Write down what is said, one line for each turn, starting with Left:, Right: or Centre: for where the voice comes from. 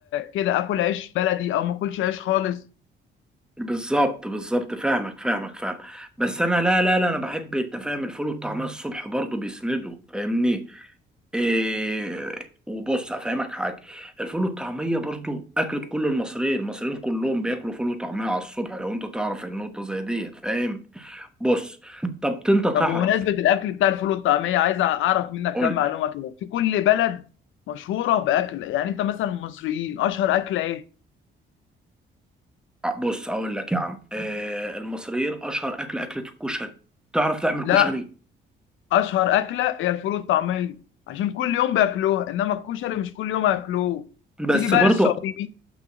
Left: كده اكل عيش بلدي او ما اكلش عيش خالص
Centre: بالظبط بالظبط فاهمك فاهمك فاهم بس انا لا لا لا انا بحب انت فاهم الفول والطعميه الصبح برضه بيسندوا فاهمني إيه وبص هفهمك حاجه الفول والطعميه برضو اكلة كل المصريين المصريين كلهم بياكلوا فول وطعميه على الصبح لو انت تعرف النقطه زي ديت فاهم بص طب انت تعرف
Left: طب بمناسبة الأكل بتاع الفول والطعمية عايز أعرف منك
Centre: قول
Left: كام معلومة كده في كل بلد مشهورة بأكل يعني أنت مثلا المصريين أشهر أكلة إيه؟
Centre: بص اقول لك يا عم إيه المصريين اشهر اكل اكله الكشري تعرف تعمل
Left: لا
Centre: كشري
Left: أشهر أكلة هي الفول والطعمية عشان كل يوم بياكلوها إنما الكشري مش كل يوم هياكلوه
Centre: بس
Left: تيجي بقى
Centre: برضو
Left: للسعوديين